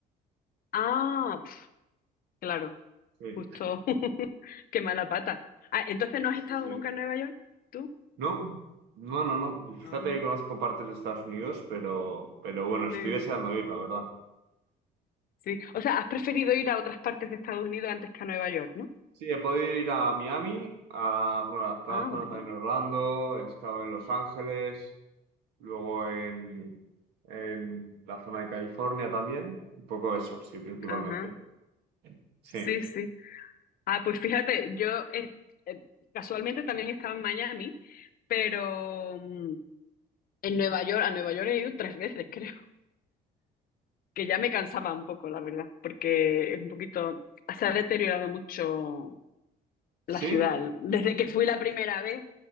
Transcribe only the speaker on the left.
Ah, pf, claro.
Justo, <laughs> qué mala pata. Ah, entonces no has
estado
nunca en Nueva York, ¿tú?
Ah,
sí,
sí. O sea, has preferido ir a otras partes de Estados Unidos antes que a Nueva York, ¿no?
Ah,
vale.
Ajá,
sí, sí. Ah, pues fíjate, yo eh, eh, casualmente también he estado en Miami, pero mm, en Nueva York, a Nueva York he ido tres veces, <laughs> creo, que ya me cansaba un poco, la verdad, porque es un poquito, se ha deteriorado mucho la
ciudad. Desde que fui la primera vez,